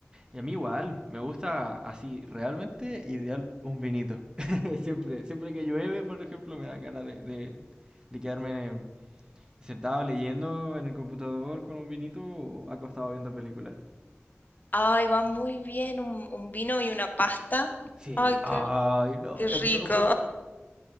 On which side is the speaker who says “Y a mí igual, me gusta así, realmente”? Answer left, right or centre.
Right